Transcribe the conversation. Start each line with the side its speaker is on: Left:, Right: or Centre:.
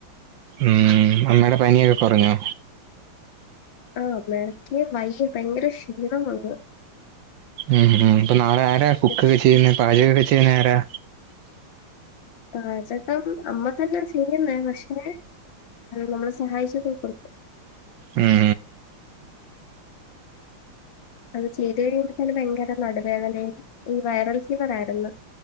Right: ഉം അമ്മയുടെ പനിയൊക്കെ കുറഞ്ഞോ
Left: ആ അമ്മയിടക് വയ്യ ഭയങ്കര ക്ഷീണം വന്നു.
Right: ഉം ഉം അപ്പൊ നാളെ ആരാ
Left: ഭയങ്കര
Right: കുക്കൊക്കെ
Left: ക്ഷീ
Right: ചെയ്യുന്നത് പാചകമൊക്കെ ചെ കുക്കെയ്ന്നയാരാ
Left: പാചകം അമ്മ തന്നെ ചെയ്യുന്നേ പക്ഷേ നമ്മള് സഹായിച്ചൊക്കെ കൊടുക്കും
Right: ഉം
Left: അത് ചെയ്ത് കഴിയുമ്പോത്തേന് ഭയങ്കര നടുവേദനയും ഈ വൈറൽ ഫീവർ ആയിരുന്നു